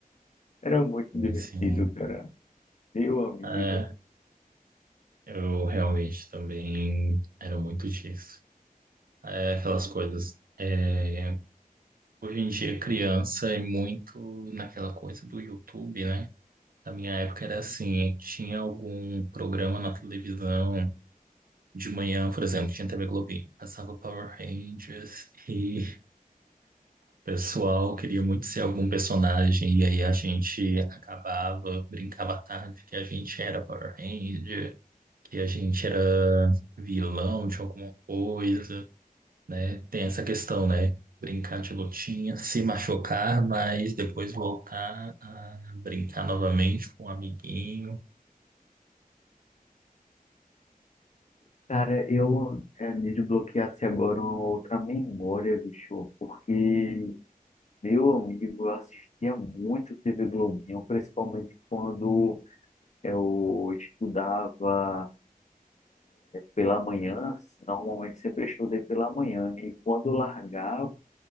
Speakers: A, on the left (about 50°); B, on the right (about 70°).
A: Era muito
B: sim,
A: divertido,
B: sim.
A: cara. Meu amigo.
B: É, eu realmente também era muito disso. É, aquelas coisas. é, hoje em dia, criança é muito naquela coisa do YouTube, né? Na minha época era assim, tinha algum programa na televisão de manhã, por exemplo, tinha TV Globinho, passava Power Rangers e o pessoal queria muito ser algum personagem e aí a gente acabava, brincava à tarde que a gente era Power Ranger que a gente era vilão de alguma coisa, né? Tem essa questão, né? Brincar de lutinha, se machucar, mas depois voltar a brincar novamente com um amiguinho.
A: Cara, eu eh, me desbloqueasse agora uma outra memória, bicho, porque meu amigo eu assistia muito TV Globinho, principalmente quando eu estudava pela manhã, normalmente sempre estudei pela manhã e quando largava